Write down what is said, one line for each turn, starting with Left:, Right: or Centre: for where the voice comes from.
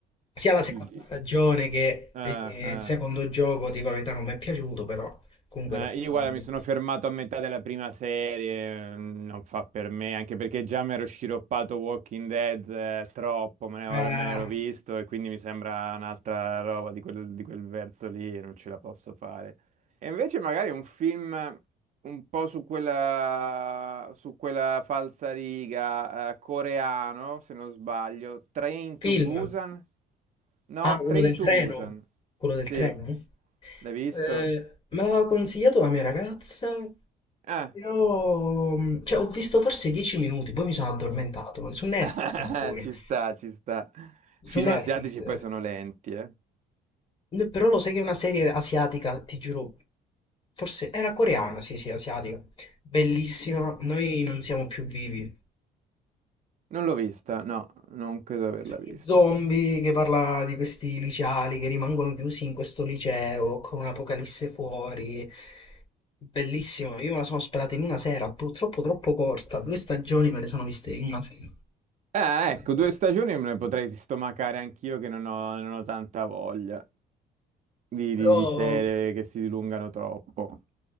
Left: sia la seconda
Right: il-
Left: stagione che
Right: ah,
Left: eh,
Right: ah.
Left: il secondo gioco, dico la verità, non mi è piaciuto, però comunque
Right: Eh,
Left: tante
Right: io
Left: robe.
Right: guarda, mi sono fermato a metà della prima serie, mm, non fa per me, anche perché già mi ero sciroppato Walking Dead, eh, troppo, me ne, ero-
Left: Eh,
Right: me ne ero visto e quindi mi sembra un'altra roba di quel, di quel verso lì e non ce la posso fare. E invece magari un film eh, un po' su quella, su quella falsa riga, eh, coreano, se non sbaglio, Train to
Left: film,
Right: Busan? No,
Left: ah, quello
Right: Train
Left: del
Right: to
Left: treno,
Right: Busan,
Left: quello del
Right: sì,
Left: treno?
Right: l'hai visto?
Left: Eh, me l'aveva consigliato la mia ragazza.
Right: Ah.
Left: Io, mh, cioè, ho visto forse 10 minuti, poi mi sono addormentato. Su Netflix
Right: <laughs>
Left: pure.
Right: Ci sta, ci sta.
Left: Su
Right: Film
Left: Netflix.
Right: asiatici
Left: eh.
Right: poi sono lenti, eh.
Left: Però lo sai che è una serie asiatica, ti giuro. Forse era coreana, sì, sì, asiatica. Bellissima. Noi non siamo più vivi.
Right: Non l'ho vista, no, non credo averla
Left: Sugli
Right: vista.
Left: zombie che parla di questi liceali che rimangono chiusi in questo liceo con un'apocalisse fuori. Bellissimo, io me la sono sperata in una sera, purtroppo troppo corta, due stagioni me le sono viste in una sera.
Right: Eh, ecco,
Left: Vabbè.
Right: due stagioni me ne potrei stomacare anch'io che non ho, non ho tanta voglia di,
Left: Però
Right: di- di serie che si dilungano troppo.